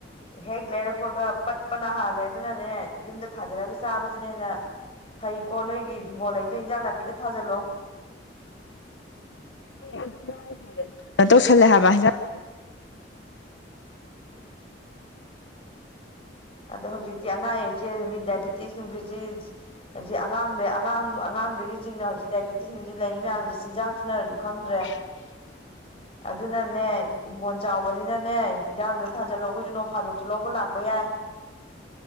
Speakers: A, on the left (about 30°); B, on the left (about 75°).
A: ꯍꯦꯛ ꯂꯩꯔꯛꯄꯒ ꯄꯠꯄꯅ ꯍꯥꯜꯂꯦ ꯑꯗꯨꯅꯅꯦ ꯌꯨꯝꯗ ꯊꯥꯖꯔꯒ ꯆꯥꯕꯖꯤꯅ ꯍꯦꯟꯅ ꯐꯩꯀꯣ ꯅꯣꯏꯒꯤ ꯍꯤꯡꯒꯣꯜ ꯂꯩꯗꯣ ꯏꯟꯖꯥꯡ ꯅꯥꯄꯤꯒ ꯊꯥꯖꯜꯂꯣ
B: ꯑꯗꯨꯅꯦ ꯍꯥꯏꯖꯦ ꯇꯧꯁꯜꯂꯦ ꯍꯥꯏꯕ ꯍꯤꯟꯖꯥꯡ
A: ꯑꯗꯣ ꯍꯧꯖꯤꯛꯇꯤ ꯑꯅꯥ ꯑꯌꯦꯛꯁꯦ ꯃꯤ ꯗꯥꯏꯕꯤꯇꯤꯁ ꯅꯨꯡꯕꯤꯇꯤꯁ ꯍꯧꯖꯤꯛ ꯑꯉꯥꯡꯗꯩ ꯑꯉꯥꯡ ꯑꯉꯥꯡꯗꯒꯤ ꯆꯤꯡꯅ ꯍꯧꯖꯤꯛ ꯗꯥꯏꯕꯦꯇꯤꯁ ꯅꯨꯡꯄꯤꯇꯤꯁꯤꯡ ꯂꯩꯔꯤ ꯃꯌꯥꯝꯁꯤ ꯆꯤꯟꯖꯥꯛ ꯁꯤꯅꯔꯁꯨ ꯈꯪꯗ꯭ꯔꯦ
B: <unintelligible>
A: ꯑꯗꯨꯅꯅꯦ ꯍꯤꯡꯒꯣꯜ ꯆꯥꯎꯕꯅꯤꯅꯅꯦ ꯏꯟꯖꯥꯡꯗꯣ ꯊꯥꯖꯜꯂꯣ ꯑꯩꯈꯣꯏꯁꯨ ꯅꯣꯡ ꯐꯥꯗꯣꯛꯁꯨ ꯂꯧꯕ ꯂꯥꯛꯄ ꯌꯥꯏ